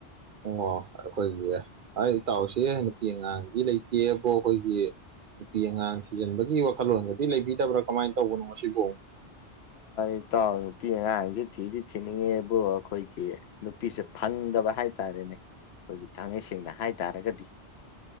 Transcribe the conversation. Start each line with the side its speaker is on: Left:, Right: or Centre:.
Right: ꯑꯣ ꯑꯩꯈꯣꯏꯒꯤ ꯑ ꯏꯇꯥꯎꯁꯦ ꯅꯨꯄꯤ ꯑꯉꯥꯡꯗꯤ ꯂꯩꯇꯦꯕꯣ ꯈꯣꯏꯒꯤ ꯅꯨꯄꯤ ꯑꯉꯥꯡ ꯊꯤꯖꯤꯟꯕꯒꯤ ꯋꯥꯈꯜꯂꯣꯟꯒꯗꯤ ꯂꯩꯕꯤꯗꯕ꯭ꯔꯥ ꯀꯃꯥꯏꯅ ꯇꯧꯕꯅꯣ ꯃꯁꯤꯕꯨ
Left: ꯏꯇꯥꯎ ꯅꯨꯄꯤ ꯑꯉꯥꯡꯁꯤ ꯊꯤꯗꯤ ꯊꯤꯅꯤꯡꯉꯦꯕꯨ ꯑꯈꯣꯏꯒꯤ ꯅꯨꯄꯤꯁꯦ ꯐꯪ ꯈꯪꯗꯕ ꯍꯥꯏꯇꯥꯥꯔꯦꯅꯦ ꯑꯩꯈꯣꯏꯒꯤ ꯊꯥꯡꯃꯩ ꯁꯦꯡꯅ ꯍꯥꯏ ꯇꯥꯔꯒꯗꯤ